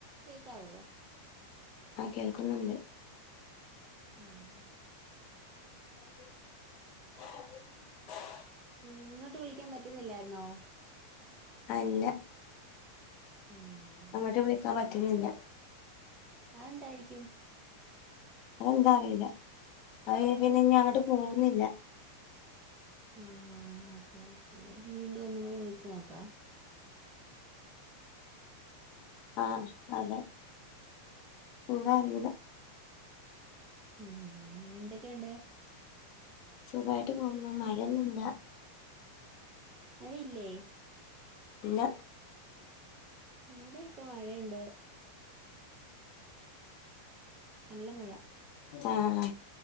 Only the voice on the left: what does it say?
ആഹ് കേൾക്കുന്നുണ്ട്
<inaudible>
അല്ല
അങ്ങോട്ട് വിളിക്കാൻ പറ്റ റ്റുന്നില്ല
അതെന്താന്നറിയില്ല അയ് പിന്നെ ഇനി അങ്ങോട്ട് കു ഇന്നില്ല
ആഹ് അതെ ഉം എന്താ അറിയുല
സുഖായിട്ട് പോഉന്നു മഴ ഒന്നുല്ല
ന്നെ
ആ ഹ